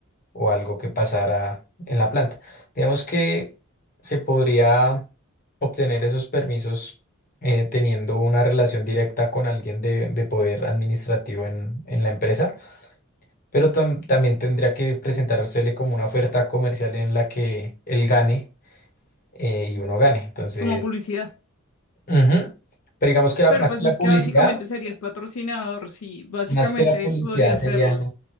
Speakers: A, on the left; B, on the left.
A: o algo que pasara en la planta. Digamos que se podría obtener esos permisos eh, teniendo una relación directa con alguien de, de poder administrativo en, en la empresa, pero tam- también tendría que presentársele como una oferta comercial en la que él gane eh, y uno gane. Entonces,
B: como publicidad.
A: ujú. Pero digamos que la-
B: Pero
A: más
B: pues
A: que la
B: es
A: publicidad,
B: que básicamente serías patrocinador, sí, básicamente
A: más que la publicidad
B: podría hacerlo.
A: sería...